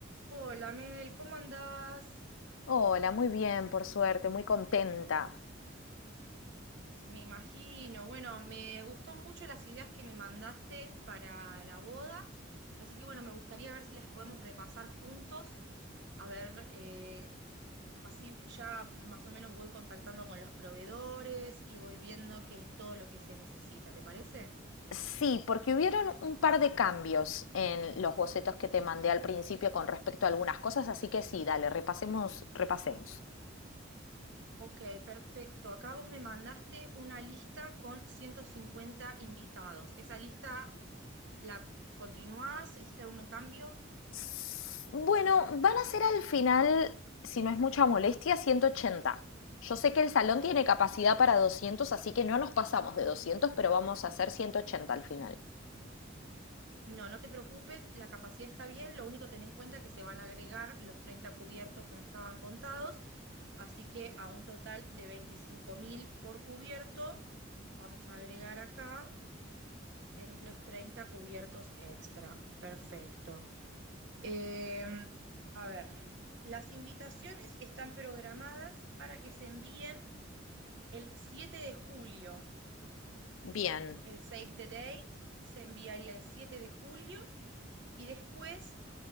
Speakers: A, on the right; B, on the left.
A: Hola Mel, ¿cómo andás?
B: Hola, muy bien, por suerte, muy contenta.
A: Sí, Me imagino. Bueno, me gustó mucho las ideas que me mandaste para la boda, así que bueno, me gustaría ver si las podemos repasar juntos, a ver, eh, así ya más o menos voy contactando con los proveedores y voy viendo qué es todo lo que se necesita, ¿te parece?
B: Sí, porque hubieron un par de cambios en los bocetos que te mandé al principio con respecto a algunas cosas, así que sí, dale, repasemos, repasemos.
A: Ok, perfecto. Acá vos me mandaste una lista con 150 invitados. ¿Esa lista la continuás? ¿Hiciste algún cambio?
B: S- Bueno, van a ser al final, si no es mucha molestia, 180. Yo sé que el salón tiene capacidad para 200, así que no nos pasamos de 200, pero vamos a hacer 180 al final.
A: No, no te preocupes, la capacidad está bien, lo único ten en cuenta que se van a agregar los 30 cubiertos que no estaban contados, así que a un total de 25.000 por cubierto, vamos a agregar acá, tenés los 30 cubiertos extra, perfecto. Em, a ver, las invitaciones están programadas para que se envíen el 7 de julio,
B: Bien,
A: el save the date se enviaría el 7 de julio y después...